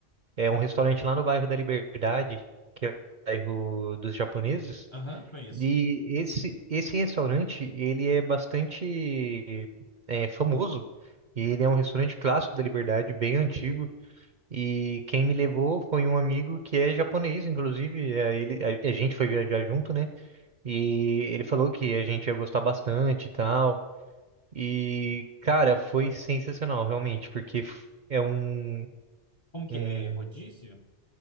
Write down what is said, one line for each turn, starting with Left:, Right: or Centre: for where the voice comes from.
Right: É um restaurante lá no bairro da Liberdade, que é o bairro dos japoneses.
Left: Aham, conheço.
Right: E esse, esse restaurante, ele é bastante é, famoso. E ele é um restaurante clássico da Liberdade, bem antigo. E quem me levou foi um amigo que é japonês, inclusive. é, ele, a a gente foi viajar junto, né? E ele falou que a gente ia gostar bastante e tal. E, cara, foi sensacional, realmente, porque f- é um,
Left: Como que
Right: um...
Left: é? É Rodízio?